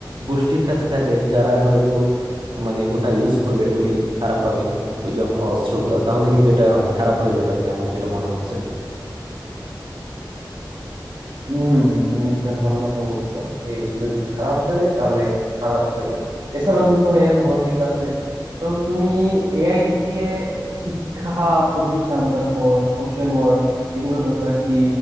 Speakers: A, on the right; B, on the right.
A: গোষ্ঠীর কাছে থাকে যারা ধরো একটু মানে ওটা ইউজ করবে ওই খারাপ ভাবে ওই যে অস্ত্রগুলা তাহলে কিন্তু এটা মানে খারাপ হয়ে যাবে আর কি আমার যেটা মনে হচ্ছে
B: হুম তুমি একটা ভালো কথা বলছো এই যদি খারাপ হতে যায় তাহলে খারাপ হয়ে যায় এছাড়াও কিন্তু এর ভালো দিক আছে তো তুমি এআই দিয়ে শিক্ষা প্রতিষ্ঠান তারপর সোশ্যাল ওয়ার্ক এগুলোর ব্যাপারে কি